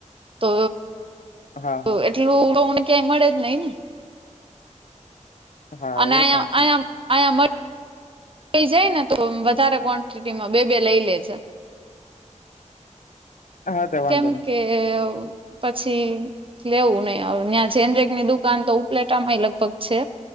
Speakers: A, on the right (about 45°); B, on the left (about 85°).
A: તો.
B: હા
A: તો
B: હા
A: એટલું <inaudible> ક્યાંય મળે જ નહી ને.
B: હા
A: અને અહીયા,
B: એ પણ છે
A: અહીયા મ કઈ જાય ને, તો વધારે કોન્ટીટી માં બે-બે લઈ લેજે.
B: હા તે વાંધો
A: કેમ
B: નહી
A: કે પછી, લેવું નહી હવે ત્યાં જેનરેક ની દુકાન તો ઉપલેટા માંય લગભગ છે.